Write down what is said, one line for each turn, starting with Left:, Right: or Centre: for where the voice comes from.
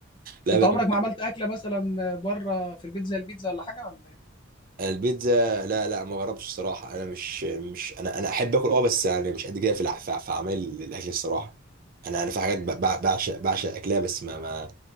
Right: لا
Left: انت
Right: بقى
Left: عمرك ما عملت اكله مثلا بره في البيت زي البيتزا ولا حاجه ولا ايه
Right: البيتزا لا لا ما جربتش الصراحه انا مش مش انا انا احب اكل اه بس يعني مش قد كده في الع- في في اعمال الاكل الصراحه انا انا في حاجات ب- ب- بعشق بعشق اكلها بس ما ما